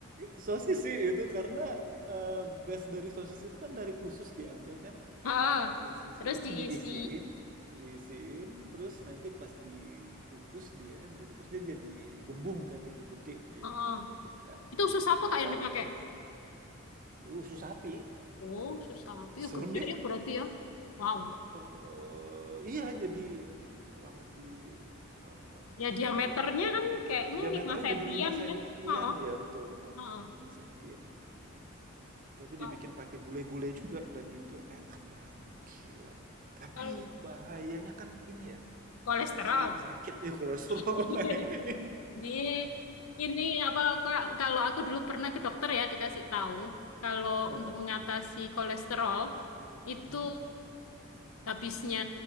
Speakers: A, on the right; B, on the left.
A: sosis sih itu karena, eee, base dari sosis itu kan dari usus diambil kan,
B: ah
A: usus
B: terus
A: itu
B: diisi
A: diisiin diisiin terus nanti pas dikukus dia, direbus dia jadi gembung kan, jadi gede dia
B: oh
A: gitu, membengkak dia
B: itu
A: gitu.
B: sus apa
A: Nah
B: kak
A: sam
B: yang dipakai
A: usus sapi.
B: Oh, susah apa?
A: Serem
B: Yuk, gede
A: ya?
B: ya berarti ya. Wow.
A: Eee, iya jadi kurang lebih berapa senti
B: Ya diameternya
A: ya jadi
B: kan kayaknya
A: diameternya
B: 5 sentian
A: jadi lima sentian
B: kan? Heeh,
A: ya betul betul
B: heeh.
A: lima sentian tapi dibikin
B: Wow.
A: pakai gulai-gulai juga dan itu enak banget gila tapi
B: Kalau
A: bahayanya kan ini ya
B: kolesterol.
A: tensi sakit nih kolesterol
B: <laughs>
A: <laughs> nah ini nih
B: Ini ini apa Kak, kalau aku dulu pernah ke dokter ya dikasih tahu kalau
A: heeh,
B: untuk mengatasi kolesterol itu
A: mhm,
B: habisnya